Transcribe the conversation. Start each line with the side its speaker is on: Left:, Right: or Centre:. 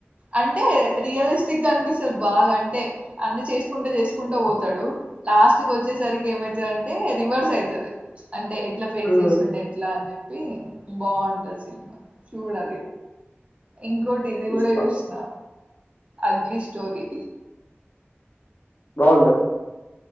Right: అంటే రియలిస్టిక్ గా అనిపిస్తద్ బాగా అంటే అన్ని చేసుకుంటే చేసుకుంటా పోతాడు లాస్ట్ క వచ్చేసరికి ఏమైతుది అంటే రివర్స్ అయితుది అంటే ఎట్లా ఫేస్
Left: హ్మ్
Right: చేసుకోండే ఎట్లా అని చెప్పి బాగుంటది సినిమా చూడల ఇంకోటి ఇది
Left: చూస్తా
Right: కూడా కూడా చుసిన అగ్లీ స్టోరీ
Left: బాగుందా